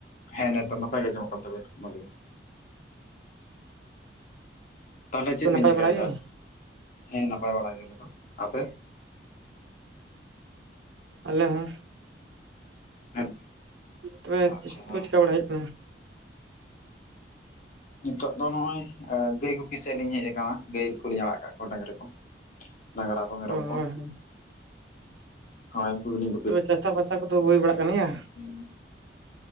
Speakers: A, on the left; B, on the right.
A: ᱦᱮᱸ ᱱᱮᱛᱚᱜ ᱱᱟᱯᱟᱭ ᱜᱮ ᱟᱡᱚᱢᱚᱜ ᱠᱟᱱ ᱛᱚᱵᱮᱱ ᱢᱚᱡᱽ ᱜᱮ᱾ ᱛᱟᱦᱚᱞᱮ ᱪᱮᱫ
B: ᱛᱚ ᱱᱟᱯᱟᱭ
A: ᱵᱤᱱ ᱪᱤᱠᱟᱭ
B: ᱵᱟᱲᱟ ᱜᱮ
A: ᱫᱟ ᱦᱮᱸ ᱱᱟᱯᱟᱭ ᱵᱟᱲᱟ ᱜᱮ ᱟᱞᱮ ᱫᱚ ᱟᱯᱮ᱾
B: ᱟᱞᱮ ᱦᱚᱸ
A: ᱦᱮᱸ
B: ᱛᱚᱵᱮ ᱪᱮᱫ
A: ᱟᱪᱪᱷᱟ ᱦᱮᱸ
B: ᱠᱚ ᱪᱮᱠᱟ ᱵᱟᱲᱟ ᱦᱩᱭᱩᱜ ᱠᱟᱱᱟ᱾
A: ᱱᱤᱛᱚᱜ ᱫᱚ ᱱᱚᱜᱼᱚᱭ ᱜᱟᱹᱭ ᱜᱩᱯᱤ ᱥᱮᱫ ᱞᱤᱧ ᱦᱮᱡ ᱟᱠᱟᱱᱟ ᱜᱟᱹᱭ ᱠᱚᱞᱤᱧ ᱟᱲᱟᱜ ᱠᱟᱜ ᱠᱚᱣᱟ ᱰᱟᱝᱨᱤ ᱠᱚ᱾ ᱰᱟᱝᱨᱟ ᱠᱚ ᱢᱮᱨᱚᱢ
B: ᱚ
A: ᱠᱚ᱾
B: ᱦᱳᱭ
A: ᱦᱳᱭ ᱩᱱᱠᱩ ᱜᱮᱞᱤᱧ
B: ᱛᱚᱵᱮ ᱪᱟᱥᱟ ᱵᱟᱥᱟ ᱠᱚᱫᱚ ᱦᱩᱭ ᱵᱟᱲᱟᱜ ᱠᱟᱱ ᱜᱮᱭᱟ᱾
A: ᱦᱩᱸ--᱾